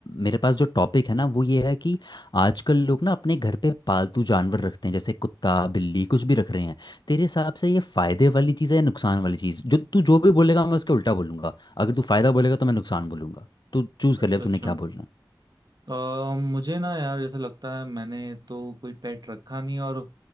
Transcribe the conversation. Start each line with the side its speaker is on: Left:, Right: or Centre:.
Left: मेरे पास जो टॉपिक है ना वो ये है कि आजकल लोग ना अपने घर पे पालतू जानवर रखते हैं जैसे कुत्ता बिल्ली कुछ भी रख रहे हैं तेरे हिसाब से ये फायदे वाली चीज़ है या नुकसान वाली चीज़ जो तू जो भी बोलेगा मैं उसके उल्टा बोलूंगा अगर तू फायदा बोलेगा तो मैं नुकसान बोलूंगा तू चूज
Right: अच्छा
Left: कर ले अब तूने
Right: अच्छा
Left: क्या बोलना है।
Right: अ, मुझे ना यार ऐसा लगता है मैंने तो कोई पेट रखा नहीं और